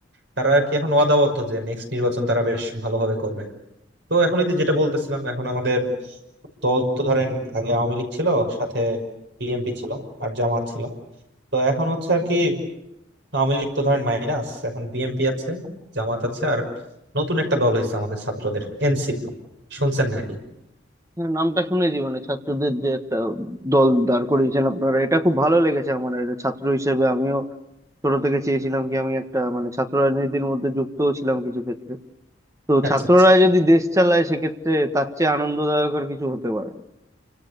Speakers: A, on the right; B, on the right.
A: তারা আর কি এখন অদাবদ্ধ যে নেক্সট নির্বাচন তারা বেশ ভালোভাবে করবে তো এখন ওই যে যেটা বলতেছিলাম এখন আমাদের দল তো ধরেন আগে আওয়ামী লীগ ছিল সাথে বিএনপি ছিল আর জামাত ছিল তো এখন হচ্ছে আর কি আওয়ামী লীগ তো ধরেন মাইনাস এখন বিএনপি আছে জামাত আছে আর নতুন একটা দল হয়েছে আমাদের ছাত্রদের এনসিপি শুনছেন নাকি
B: হ্যাঁ নামটা শুনেছি মানে ছাত্রদের যে একটা দল দাঁড় করিয়েছেন আপনারা এটা খুব ভালো লেগেছে আমার আর ছাত্র হিসেবে আমিও ছোট থেকে চেয়েছিলাম কি আমি একটা মানে ছাত্র রাজনীতির মধ্যে যুক্তও ছিলাম কিছু ক্ষেত্রে তো
A: আচ্ছা
B: ছাত্ররা
A: আচ্ছা
B: যদি দেশ চালায় সেক্ষেত্রে তার চেয়ে আনন্দদায়ক আর কিছু হতে পারে না